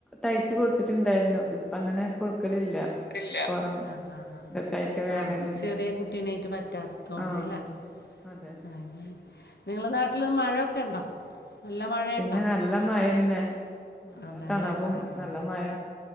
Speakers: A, in the centre; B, on the left.
A: തയ്ച്ചു കൊടുത്തിട്ടുണ്ടായിരുന്നു. അങ്ങനെ കൊടുക്കലില്ല
B: ഇല്ല
A: പൊറം
B: ആഹ് ആഹ് ആഹ്
A: ഇതൊക്കെ
B: ആഹ്..
A: ആയിട്ട് വേദനയും
B: ആഹ് ഉം ചെറിയ
A: അങ്ങനൊക്കെ
B: കുട്ടീനായിട്ട് പറ്റാത്തോണ്ട്ല്ലേ?
A: ആഹ് അതെ
B: ആ നിങ്ങള നാട്ടില് മഴൊക്കെ ഉണ്ടോ നല്ല മഴേണ്ടോ
A: പിന്നെ നല്ല മഴന്നെ നല്ല
B: അതെല്ലേ
A: തണുവും
B: ആഹ്
A: നല്ല
B: ആ
A: മഴ